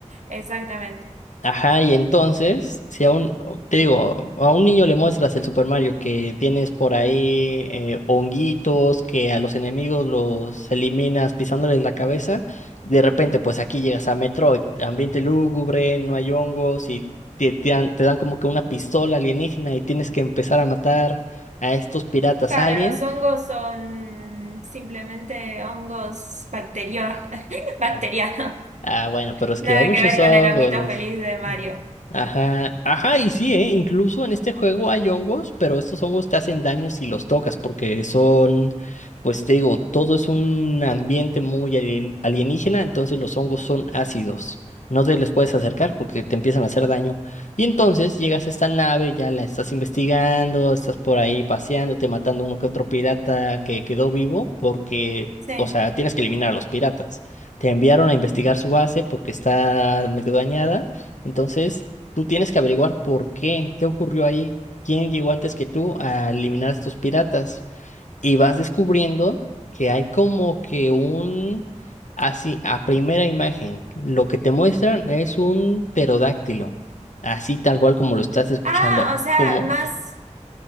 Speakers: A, on the right; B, on the left.
A: exactamente.
B: Ajá, y entonces, si a un, o- te digo, a un niño le muestras el Super Mario que tienes por ahí eh, honguitos, que a los enemigos los eliminas pisándoles la cabeza, de repente pues aquí llegas a Metroid, ambiente lúgubre, no hay hongos y te, te dan, te dan como que una pistola alienígena y tienes que empezar a matar a estos piratas
A: Claro,
B: aliens.
A: los hongos son simplemente hongos bacterio- <laughs> bacterianos.
B: Ah, Ah, bueno, pero es
A: Nada
B: que hay muchos
A: que ver
B: hongos.
A: con el honguito feliz de Mario.
B: Mm. Ajá, ajá, y sí, ¿eh? Incluso en este juego hay hongos, pero estos hongos te hacen daño si los tocas, porque son, pues te digo, todo es un ambiente muy alien- alienígena, entonces los hongos son ácidos. No te les puedes acercar porque te empiezan a hacer daño. Y entonces llegas a esta nave, ya la estás investigando, estás por ahí paseándote, matando uno que otro pirata que quedó vivo, porque,
A: Sí.
B: o sea, tienes que eliminar a los piratas te enviaron a investigar su base porque está medio dañada. Entonces, tú tienes que averiguar por qué, qué ocurrió ahí, quién llegó antes que tú a eliminar a estos piratas. Y vas descubriendo que hay como que un, así, a primera imagen, lo que te muestran es un pterodáctilo, así tal cual como lo estás escuchando,
A: Ah, o sea,
B: como
A: más,